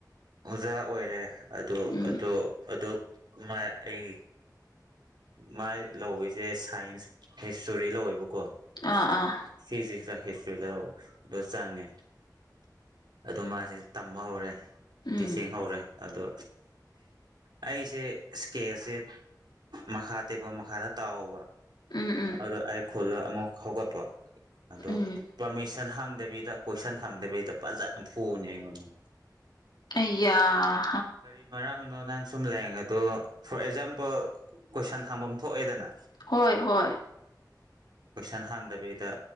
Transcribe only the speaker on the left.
ꯎꯝ
ꯑꯥ ꯑꯥ
ꯎꯝ
ꯎꯝ ꯎꯝ
ꯎꯝ
ꯌꯥ
ꯍꯣꯏ ꯍꯣꯏ